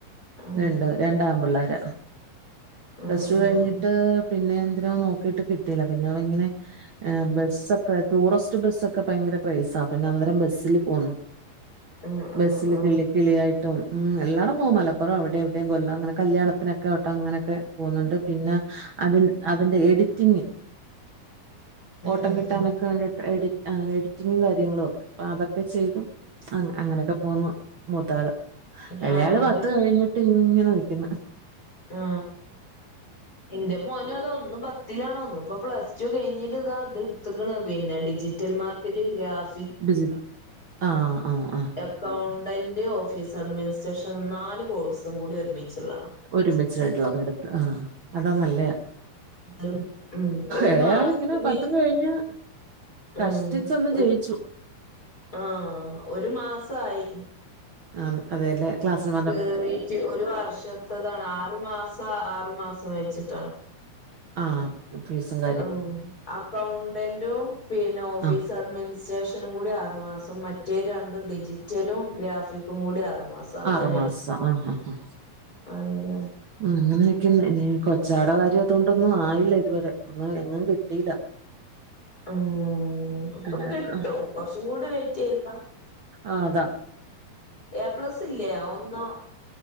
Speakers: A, on the left (about 25°); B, on the right (about 60°).
A: ഉം
B: രണ്ട് രണ്ടാ പിള്ളാര.
A: ഉം
B: പ്ലസ് ടു
A: ഉം
B: കഴിഞ്ഞിട്ട്
A: ഉം
B: പിന്നെ എന്തിനോ നോക്കിട്ട് കിട്ടില പിന്നെ അവൻ ഇങ്ങനെ ഏ ബസ്സൊക്കെ ടൂറിസ്റ്റ് ബസ്സൊക്കെ ഭയങ്കര ക്രയ്സാ പിന്നെ അന്നേരം ബസ്സില് പോന്നു.
A: ഉം ഉം ഉം ഉം ഉം ഉം
B: ബസ്സില്
A: ഉം
B: കിള്ളി കിളിയായിട്ടും ഉം എല്ലട പോകും മലപ്പുറം അവടെം ഇവടെം കൊല്ലം അങ്ങനെ കല്യാണത്തിനക്കെ വട്ടം അങ്ങനെക്കെ പോന്നുണ്ട് പിന്നെ അതിൽ അതിന്റെ എഡിറ്റിംഗ് ഓട്ടം
A: ഉം
B: കിട്ടാനൊക്കെ
A: ഉം ഉം
B: വേണ്ടിട്ട് എഡി ആ എഡിറ്റിംഗും കാര്യങ്ങളും ഒക്കെ. അപ്പ അതൊക്കെ ചെയ്തു അങ്ങ അങ്ങനക്കെ പോന്നു. പത്താള് എളയാള്
A: ആഹ് ഇന്റെ
B: പത്ത് കഴിഞ്ഞിട്ട് ഇങ്ങനെ നിക്ക്ന്ന്.
A: ആ ഇന്റെ മോനോ അതൊ ഒന്ന് പത്തിലാണോ ഒന്ന് ഇപ്പൊ പ്ലസ് ടു കഴിഞ്ഞിട്ട് ഇതാ ഇത് ഇട്ത്ത്ക്ക്ണ് പിന്നെ ഡിജിറ്റൽ മാർക്കറ്റ് ഗ്രാഫ്
B: ബിസിന ആഹ് ആഹ് ആഹ്
A: അക്കൗണ്ടന്റ് ഓഫീസ് അഡ്മിനിസ്ട്രേഷൻ നാല് കോഴ്സും കൂടി ഒരുമിച്ചുള്ളതാ
B: ഒരുമിച്ചായിട്ടുള്ളത് എട്ത്ത് ആഹ് അതാ നല്ലത്
A: ഉം ഒരു
B: എളേയാളിങ്ങനെ
A: മാസത്തില്
B: പത്ത് കഴിഞ്ഞ് കഷ്ടിച്ചൊന്ന്
A: ഉം ഒരു
B: ജയിച്ചു
A: ആഹ് ഒരു മാസായി
B: ആഹ് അതെ ലേ ക്ലാസിന്
A: കേറീട്ട് ഒരു വർഷത്തതാണ് ആറു മാസം ആറു മാസം വെച്ചിട്ടാണ്
B: ആഹ് <unintelligible>
A: ആഹ് അക്കൗണ്ടന്റും പിന്നെ ഓഫീസ്
B: ആ
A: അഡ്മിനിസ്ട്രേഷനും കൂടി ആറു മാസം മറ്റേ രണ്ടും ഡിജിറ്റലും ഗ്രാഫി സും കൂടിം ആറ് മാസം അങ്ങനെയാണ്
B: ആറ് മാസം ആ ആ ആ
A: അങ്ങന
B: ഉം അങ്ങനൊക്കെന്നാണ് കൊച്ചാട കാര്യം അതൊണ്ടൊന്നും ആയില്ല ഇതുവരെ ഒന്ന് എങ്ങും കിട്ടീല്ല
A: ഉം ഇപ്പൊ
B: അങ്ങനെയൊക്കെ.
A: കിട്ടും കൊറച്ചും കൂടിം വെയിറ്റെയ്താ
B: ആഹ് അതാ
A: എ പ്ലസ് ഇല്ല്യേ ഒന്ന്